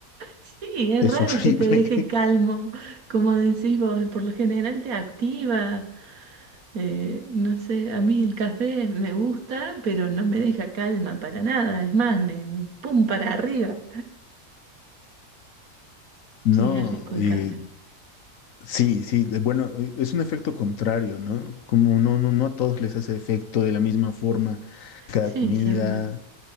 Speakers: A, on the right; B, on the left.
A: Sí, es
B: Es
A: raro
B: horrible.
A: que te deje
B: <laughs>
A: calmo, como decís vos, por lo general te activa. Eh, no sé, a mí el café me gusta, pero no me deja calma para nada, es más, me pum para arriba.
B: No,
A: Sí, es rico el
B: eh,
A: café.
B: sí, sí, de- bueno, eh, es un efecto contrario, ¿no? Como no, no, no a todos les hace efecto de la misma forma cada
A: Sí,
B: comida,
A: seguro.